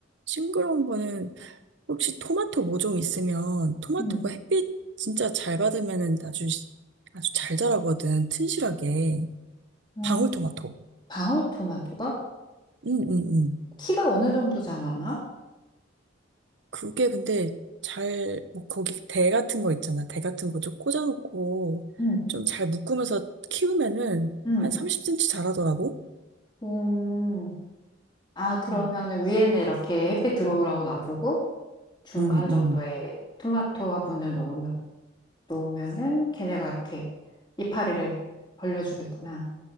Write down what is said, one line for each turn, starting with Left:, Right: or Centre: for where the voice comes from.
Right: 싱그러운 거는 혹시 토마토 모종 있으면 토마토가
Left: 음,
Right: 햇빛 진짜 잘 받으면은 아주 아주 잘 자라거든 튼실하게
Left: 어,
Right: 방울토마토.
Left: 방울토마토가
Right: 음, 음, 음.
Left: 키가 어느 정도 자라나?
Right: 그게 근데 잘, 뭐, 거기 대 같은 거 있잖아. 대 같은 거 좀 꽂아놓고
Left: 음,
Right: 좀 잘 묶으면서 키우면은
Left: 음,
Right: 한 30cm 자라더라고.
Left: 음. 아, 그러면은
Right: 음.
Left: 위에는 이렇게 햇빛 들어오라고 놔두고 중간
Right: 음, 음,
Left: 정도에 토마토 화분을 놓으면, 놓으면은 걔네가 이렇게 이파리를 벌려주겠구나.